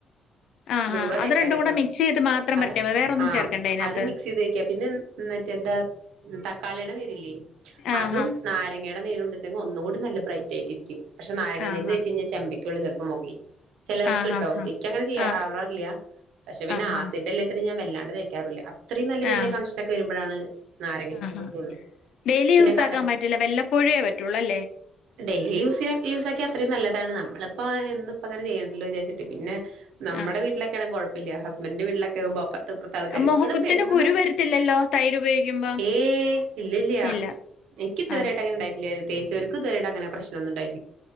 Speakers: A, on the left (about 75°); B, on the right (about 85°).
A: ആ
B: ബ്രുവാ
A: ആ അതുരണ്ടും
B: തേക്കാറ്ട്ടോ
A: കൂടെ മിക്സ് ചെയ്ത് മാത്രം പെരട്ടിയമതിയോ
B: അത്
A: വേറൊന്നും
B: ആഹ്
A: ചേർക്കണ്ടേ അയിനകത്ത്
B: അത് മിക്സ് ചെയ്ത് തേക്യാ പിന്നെ മറ്റെന്താ തക്കാ തക്കാളിടെ നീരില്ലേ
A: ആഹാ
B: അതും നാരങ്ങയടെ നീരും ഉണ്ടെച്ചിങ്ങെ ഒന്നൂകൂടെ നല്ല ബ്റൈറ്റായിട്ടിരിക്കും പക്ഷെ നാരങ്ങ
A: ആഹാ
B: നീര് തേച്ച് കഴിഞ്ഞ ചെമ്പ ക്കുള്ളിൽ <unintelligible> ചിലർക്ക്ട്ടോ
A: ആഹാ ആഹ്
B: ഇക്ക് അങ്ങനെ ചെയ്യാ
A: ആഹ്
B: ആവാറില്ല പക്ഷെ പിന്നെ
A: ആഹ്
B: ആസിഡ്ല്ലെച്ചിട്ട് ഞാൻ വല്ലാണ്ട് തേയ്ക്കാറില്ല അത്രയും നല്ല വല്യ
A: ആഹ്
B: ഫങ്ക്ഷനൊക്കെ വരുമ്പോഴാണ് നാരങ്ങൊക്കെ
A: ആഹ്
B: കൂട്ടോള്ളു
A: ഡെയിലി
B: പിന്നെ
A: യൂസ്
B: കടല
A: ആക്കാൻ പറ്റില്ല വല്ലപ്പോഴേ പറ്റുള്ളൂ അല്ലേ
B: ഡെയ്‌ലി യൂസ് ചെയ്യാൻ യൂസക്കിയാൽ അത്രേം നല്ലതാണ് നമ്മള് പ്പ എന്നുപ്പംങ്ങനെ ചെയ്യണല്ലോന്ന് ചാരിച്ചിട്ട് പിന്നെ നമ്മടെ
A: ആഹ്
B: വീട്ടിലൊക്കെ ആണെങ്കി കൊഴ ഇല്ല ഹസ്ബന്റിന്റെ വീട്ടിലൊക്കെവുമ്പോ <unintelligible>
A: മുഖത്തിന്
B: <unintelligible> തെന്ന്
A: കുരു വരത്തില്ലല്ലോ തൈര് ഉപയോഗിക്കുമ്പോ
B: ഏയ് ഇല്ലല്ല്യാ
A: ഇല്ല
B: എനിക്ക് ഇതുവരെയായിട്ട്
A: ആഹ്
B: അങ്ങനെ ണ്ടായിട്ടില്ല തേച്ചവർക്ക് ഇതുവരെയായിട്ട് അങ്ങനെ പ്രശ്നൊന്നും ഉണ്ടായി